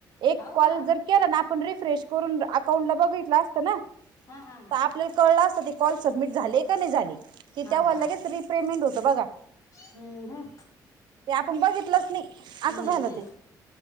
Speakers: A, on the right; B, on the left.
A: एक
B: हवं
A: कॉल
B: का
A: जर केला ना आपण रिफ्रेश करून अकाउंट ला बघितलं असतं ना. तर
B: हा हा हा
A: आपल्याला कळलं असत ते कॉल सबमिट झाले का नाही झाले ते
B: हा
A: त्या तेव्हा
B: हा
A: लगेच रिपेमेंट होत बघा
B: हम्म हम्म
A: ते आपण बघितलंच नाही असं
B: नाही
A: झालं
B: नाही
A: ते